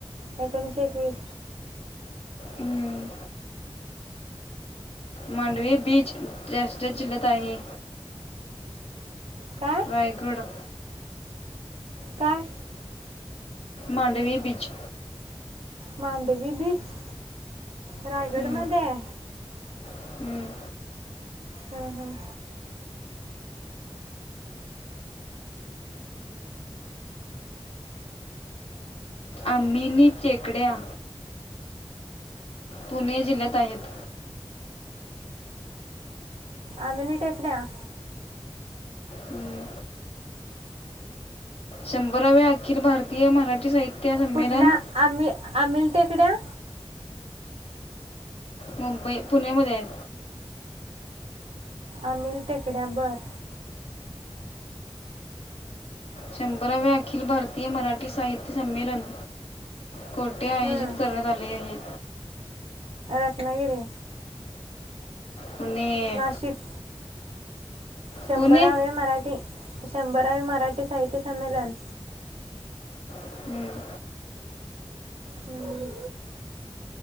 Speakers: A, on the right; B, on the left.
A: एकोणीशे एकवीस
B: हं. मांडवी बीच डाॅशडाॅश जिल्ह्यात आहे
A: काय
B: रायगड
A: काय
B: मांडवी बीच
A: मांडवी बीच रायगडमध्येय
B: हम्म, हम्म.
A: हम्म हम्म
B: आमिनी चेेकड्या पुणे जिल्ह्यात आहेत
A: आमिनी टेकड्या
B: हम्म. शंभराव्या अखिल भारतीय मराठी साहित्य संमेलन
A: कुठल्या आम्ही आमिल टेकड्या
B: मुंबई पुण्यामध्ये आहेत.
A: आमिल टेकड्या भर
B: शंभराव्या अखिल भारतीय मराठी साहित्य संमेलन कोठे आयोजित
A: हं.
B: करण्यात आले आहे.
A: रत्नागिरी.
B: पुणे
A: नाशिक. शंभराव्या
B: पुणे
A: मराठी शंभरावे मराठी साहित्य संमेलन.
B: हम्म.
A: हं.